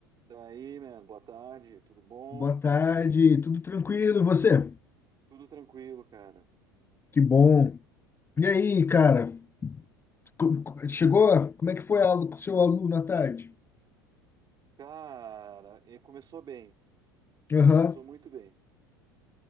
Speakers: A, on the right; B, on the left.
A: Daí, mano, boa tarde, tudo bom?
B: Boa tarde, tudo tranquilo, e você?
A: Tudo tranquilo, cara.
B: Que bom. E aí, cara? Co- co- Chegou? Como é que foi a aula com o seu aluno à tarde?
A: Cara, e começou bem,
B: Aham,
A: começou muito bem.